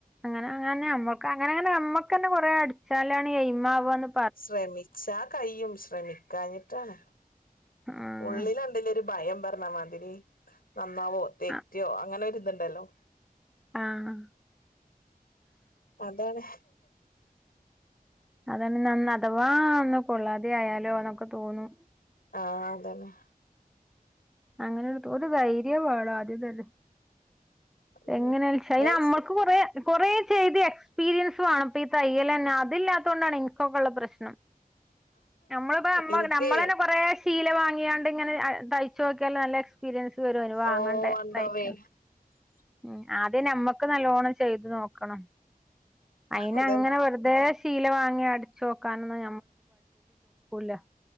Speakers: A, in the centre; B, on the left.
A: അങ്ങനെ അങ്ങൻന്നെ അമ്മൾക്കഅങ്ങനെ അങ്ങനെ അമ്മക്കന്നെ കൊറേ അടിച്ചാലാണ് യയ്മാവാന്ന്
B: സ്രമിച്ചാ കയ്യും ശ്രമിക്കാഞ്ഞിട്ടാണ്
A: ആഹ്
B: ഉള്ളില ല്ലലൊരു ഭയം പർണാമാതിരി നന്നാവോ തെറ്റോ
A: അ
B: അങ്ങനെര്‌ ത്ണ്ടല്ലോ
A: ആഹ്
B: അതാണ്
A: അതാണ് നന്നാവത്ത അഥവാ ഒന്ന് കൊള്ളാതെ ആയാലോ എന്നൊക്കെ തോന്നും
B: ആഹ് അതന്നെ
A: അങ്ങനെ തൊ ഒരു ധൈര്യം വേണം ആദ്യംതന്നെ
B: അതന്നെ
A: എങ്ങനെന്ന് വച്ചാല്
B: മേത്സ്
A: അതിന്‌ നമ്മ കുറേ കുറേ ചെയ്ത് എക്സ്പീരിയൻസ് വേണം ഇപ്പ ഈ തയ്യൽ തന്നെ അതില്ലാത്ത കൊണ്ടാണ് <unintelligible> ഉള്ള പ്രശ്നം നമ്മളിപ്പോ
B: എനിക്ക്
A: നമ്മളേന്നെ - കുറേ ശീല വാങ്ങിയാണ്ട് ഇങ്ങനെ തയ്ച്ചു നോക്കിയാല് നല്ല എക്സ്പീരിയൻസ് <unintelligible> വാങ്ങണ്ടേ
B: ഓ ഉണ്ടാവേ
A: തയ്ക്കണ് ഉം ആദ്യം നമ്മുക്ക് നല്ലോണ്ണം ചെയ്തു നോക്കണം അതിന്
B: അതന്നെ
A: അങ്ങനെ വെറുതെ ശീല വാങ്ങി അടിച്ച് നോക്കാനൊന്നും <unintelligible>